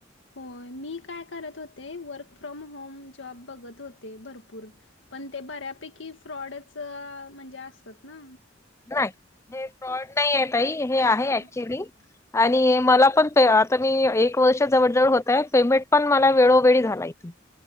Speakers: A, on the left; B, on the left.
A: होय मी काय करत होते वर्क फ्रॉम होम जॉब बघत होते भरपूर. पनते बऱ्यापैकी फ्रॉडच अं म्हंजे असतातना.
B: नाई हे फ्रॉड नाईये ताई हे आहे
A: हां,
B: ऍक्च्युली. आनी
A: हां.
B: मला पनते आत त मी एक वर्ष जवळ जवळ होत आहे पेमेंट पण मला वेळोवेळी झाला इथे